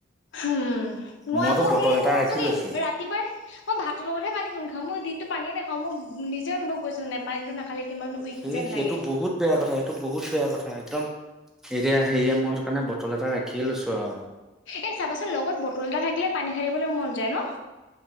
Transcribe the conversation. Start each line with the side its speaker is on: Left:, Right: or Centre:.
Left: উম মই
Centre: মইতো
Left: আকৌ
Centre: বটল
Left: সেই
Centre: এটা
Left: মোৰ
Centre: ৰাখি
Left: যদি
Centre: লৈছো
Left: ৰাতিপুৱাই মই ভাতৰ লগতহে পানী কন খাওঁ হ মই দিনটো পানীয়েে নাখা মই নিজে অনুভৱ কৰিছো নে পানীটো নাখালে কিমান উইক
Centre: এ
Left: যেন
Centre: সেইটো
Left: লাগে
Centre: বহুত বেয়া কথা সেইটো বহুত বেয়া কথা একদম এতিয়া
Left: উম
Centre: সেয়ে মই কাৰণে বটল এটা ৰাখিয়ে লৈছো আউ
Left: এ চাবাচোন লগত বটল এটা থাকিলে পানী খাৰিবলৈ মন যায় ন